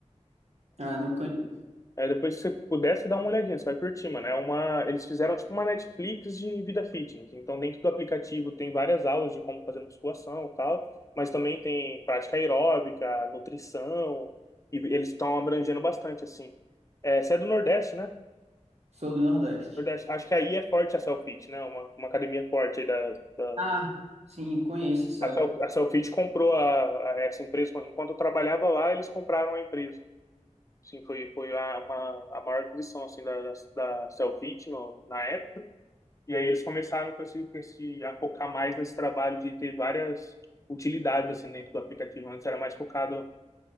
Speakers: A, on the right; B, on the left.
A: Ah, não conheço.
B: Aí depois, se você pudesse dar uma olhadinha, você vai curtir, mano. É uma... Eles fizeram tipo uma Netflix de vida fitness. Então, dentro do aplicativo tem várias aulas de como fazer musculação e tal, mas também tem prática aeróbica, nutrição, e eles estão abrangendo bastante, assim. É, você é do Nordeste, né?
A: Sou do Nordeste.
B: Nordeste. Acho que aí é forte a Selfit, né? Uma, uma academia forte aí da... da...
A: Ah, sim, conheço o céu.
B: A Selfit comprou a, a essa empresa. Enquanto eu trabalhava lá, eles compraram a empresa. Sim, foi, foi a, uma, a maior aquisição assim, da, da, da Cellfit no, na época. E aí eles começaram com esse, com esse, a focar mais nesse trabalho de ter várias utilidades assim, dentro do aplicativo. Antes era mais focado